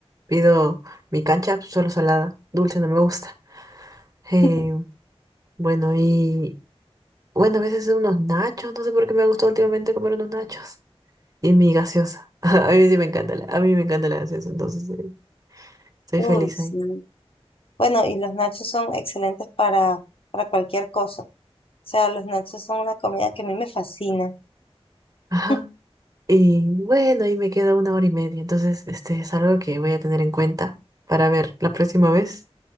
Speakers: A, on the right (about 35°); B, on the left (about 60°).
A: Pido mi cancha solo salada. Dulce no me gusta. Eh,
B: <laughs>
A: bueno, y bueno, a veces unos nachos. No sé por qué me ha gustado últimamente comer unos nachos. Y mi gaseosa. <laughs> A mí sí me encanta la, a mí me encanta la gaseosa, entonces eh, soy
B: Uy,
A: feliz
B: sí.
A: ahí.
B: Bueno, y los nachos son excelentes para, para cualquier cosa. O sea, los nachos son una comida que a mí me fascina.
A: Ajá.
B: <laughs>
A: Y bueno, ahí me queda una hora y media. Entonces, este es algo que voy a tener en cuenta para ver la próxima vez